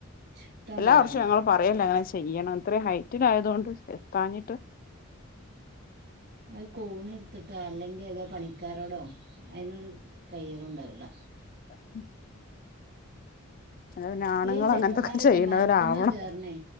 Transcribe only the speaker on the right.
ഇഷ്ടം
പോലെണ്ട്
അത് കോണി എടുത്തിട്ടോ അല്ലെങ്കിൽ ഏതോ പണിക്കാരോടോ അഴിനു കയ്യല്ണ്ടാവൂല
ഈ ചെക്കന്മാരൊക്കെ
മരത്ത്മ കേർണേ